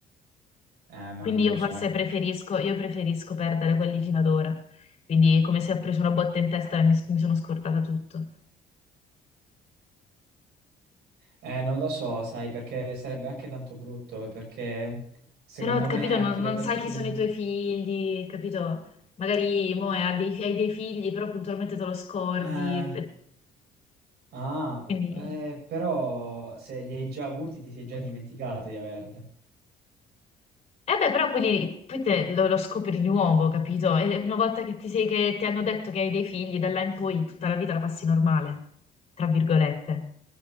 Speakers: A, on the right; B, on the left.
A: Eh, ma
B: Quindi
A: non
B: io
A: lo so.
B: forse preferisco, io preferisco perdere quelli fino ad ora. Quindi, come se ho preso una botta in testa e mi, mi sono scordata tutto.
A: Eh, non lo so, sai, perché sarebbe anche tanto brutto, perché secondo
B: Però, capito,
A: me anche
B: non,
A: le
B: non
A: persone...
B: sai chi sono i tuoi figli, capito? Magari mo, hai dei, hai dei figli, però puntualmente te lo scordi.
A: Eh,
B: e
A: Ah,
B: Quindi...
A: eh, però se li hai già avuti ti sei già
B: E
A: dimenticato di averle.
B: beh, però poi, li- poi te lo, lo scopri di nuovo, capito? E una volta che ti, sei, che ti hanno detto che hai dei figli, da là in poi tutta la vita la passi normale, tra virgolette.